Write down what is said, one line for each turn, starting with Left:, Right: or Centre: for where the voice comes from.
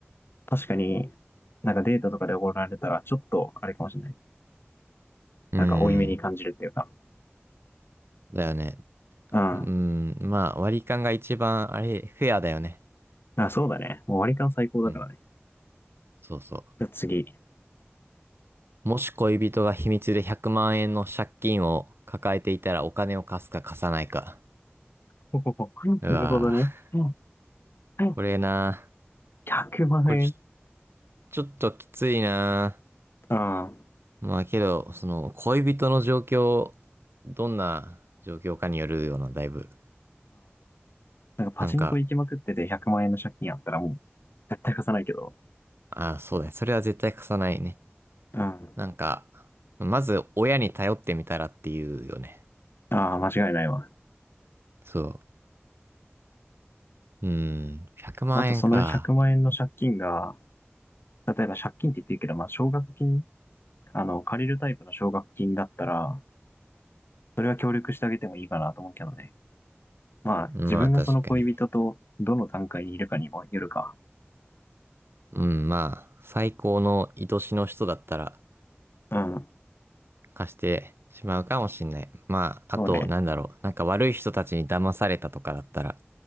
Left: 確かになんかデートとかでおごられたら、ちょっとあれかもしれない。
Right: うん。
Left: なんか負い目に感じるっていうか。
Right: だよね。
Left: うん。
Right: うん。まあ割り勘が一番、あれ、フェアだよね。
Left: あ、そうだね。もう割り勘最高だからね。
Right: うん。そうそ
Left: じゃあ次。<laughs>
Right: う。もし恋人が秘密で100万円の借金を抱えていたらお金を貸すか貸さないか。
Left: ほほほなるほどね。
Right: うわぁ、
Left: うんはい。
Right: これな。
Left: 100万円。
Right: これちょ、ちょっときついな
Left: うん。うん。
Right: ぁ。まあけど、その、恋人の状況、どんな状況かによるような、だいぶ。
Left: なんかパチンコ行きまくってて100万円の借金あったらもう絶対貸さないけど。
Right: なんか、あ、そうだね。それは絶対貸さないね。
Left: うん。あ
Right: なんか、まず親に頼ってみたらっていうよね。
Left: あ、間違いないわ。
Right: そう。うん、100万円か。
Left: あとその100万円の借金が、例えば借金って言ってるけど、まあ奨学金あの、借りるタイプの奨学金だったら、それは協力してあげてもいいかなと思うけどね。まあ、
Right: まあ確かに。
Left: 自分がその恋人とどの段階にいるかにもよるか。
Right: うん、まあ、最高の愛しの人だったら
Left: うん。
Right: 貸してしまうかもしんない。まあ、
Left: そうね。
Right: あと、なんだろう。なんか悪い人たちに騙されたとかだったら、